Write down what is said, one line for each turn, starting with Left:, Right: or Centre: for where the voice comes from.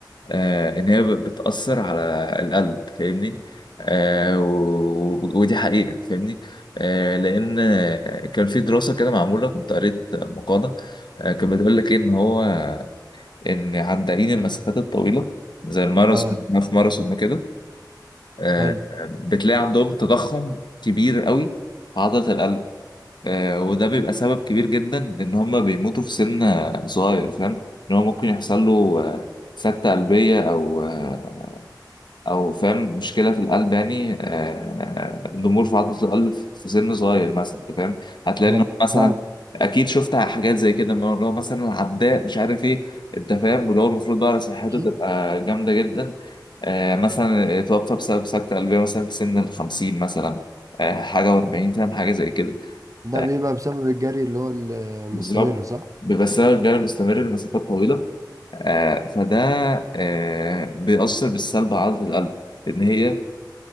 Left: آه، ان هي ب- بتأثر على القلب فاهمني آه، و- ودي حقيقة فاهمني آه، لان آه، كان في دراسة كده معمولة كنت قريت مقالة آه، كانت بتقول لك إيه ان هو ان عندائين المسافات الطويلة زي الماراثون
Right: اه
Left: في ماراثون وكده آه،
Right: حلو
Left: بتلاقي عندهم تضخم كبير قوي في عضلة القلب آه، وده بيبقى سبب كبير جدا ان هم بيموتوا في سن آه، صغير فاهم ان هو ممكن يحصل له آه، سكتة قلبية او آه، او فاهم مشكله في القلب يعني آه، ضمور في عضله القلب في سن صغير مثلا انت فاهم هتلاقي
Right: والله
Left: انه مثلا
Right: فعلا
Left: اكيد شفت حاجات زي كده من اللي هو مثلا عداء مش عارف ايه انت فاهم واللي هو المفروض بقى صحته
Right: اكيد
Left: تبقى جامده جدا آه، مثلا اتوفى بسبب سكته قلبيه مثلا في سن ال 50 مثلا آه، حاجه و40 فاهم حاجه زي كده
Right: ده
Left: آه،
Right: بيبقى بسبب الجري اللي هو المستمر
Left: بالظبط
Right: صح
Left: بيبقى السبب الجري المستمر لمسافات طويله آه، فده آه، بيأثر بالسلب على عضله القلب ان هي